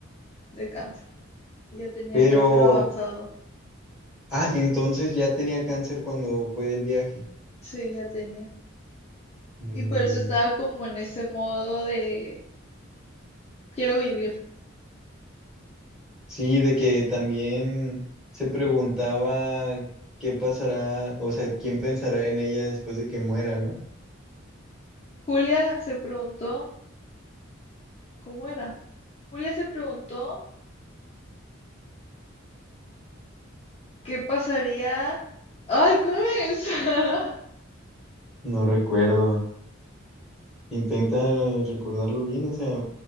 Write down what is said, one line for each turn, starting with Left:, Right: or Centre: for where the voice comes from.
Left: de cáncer. Ya tenía
Centre: Pero,
Left: cáncer avanzado.
Centre: ah, entonces ya tenía cáncer cuando fue el viaje.
Left: Sí, ya tenía.
Centre: Mm,
Left: Y por eso estaba como en ese modo de quiero vivir.
Centre: sí, de que también se preguntaba qué pasará, o sea, quién pensará en ella después de que muera, ¿no?
Left: Julia se preguntó, ¿cómo era? Julia se preguntó. ¿Qué pasaría? Ay, ¿cómo es? <laughs>
Centre: No recuerdo. Intenta recordarlo bien, o sea,